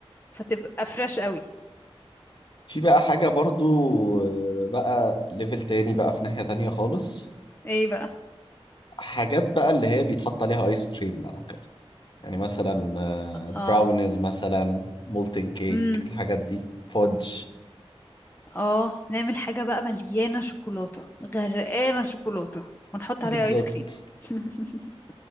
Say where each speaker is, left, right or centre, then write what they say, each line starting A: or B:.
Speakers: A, on the left (about 20°); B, on the left (about 50°).
A: فتبقى فريش قوي
B: في بقى حاجة برضو آه، بقى ليفل تاني بقى في ناحية تانية خالص
A: ايه بقى
B: حاجات بقى اللي هي بيتحط عليها آيس كريم بقى وكده يعني مثلا آه،
A: اه
B: براونيز مثلا مولتن كيك
A: امم
B: الحاجات دي فودج
A: اه نعمل حاجة بقى مليانة شوكولاتة غرقانة شوكولاتة ونحط
B: <laughs> بالظبط
A: عليها ايس كريم <laughs>